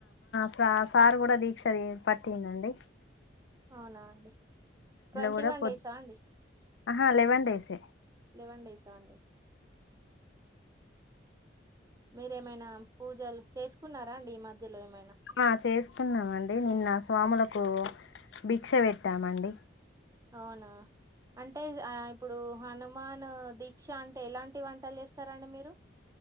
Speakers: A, on the left; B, on the right.
A: స సార్ కూడా దీక్ష పట్టిందండి
B: అవునా అండి ట్వంటీ
A: కూడా
B: వన్
A: పొద్దు
B: డేసా అండి
A: ఆహా లెవెన్ డేసే
B: లెవెన్ డేసా అండి మేరే మనా పూజలు చేసుకున్నారా అండి ఈ మధ్యలో ఏమైనా
A: ఆ చేసుకున్నామండి నిన్న స్వాములకు భిక్ష పెట్టామండి
B: అవునా అంటే ఇగ ఆ ఇప్పుడు హనుమాన్ దీక్ష అంటే ఎలాంటి వంటలు చేస్తారండి మీరు